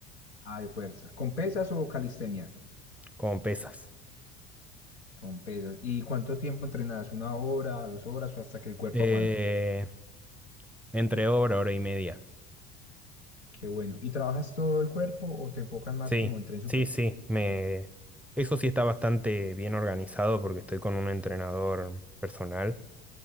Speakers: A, on the left; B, in the centre.
A: ah, de fuerza. ¿Con pesas o calistenia?
B: con pesas.
A: Con pesas. ¿Y cuánto tiempo entrenas? ¿Una hora, dos horas o hasta que el cuerpo
B: Eh,
A: aguante?
B: entre hora, hora y media.
A: Qué bueno. ¿Y trabajas todo el cuerpo o te enfocas más
B: Sí,
A: como en tren superior?
B: sí, sí. Me... Eso sí está bastante bien organizado porque estoy con un entrenador personal.